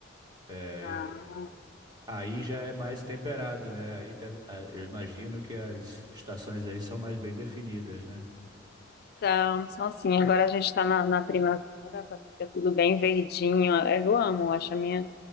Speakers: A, on the right; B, on the left.
A: É,
B: Ah,
A: e aí já é mais temperado, né? Aí tá- a- eu imagino que as estações aí são mais bem definidas, né?
B: então, então assim, agora a gente está na, na primavera, tá, fica tudo bem verdinho. É, Eu amo, acho a minha,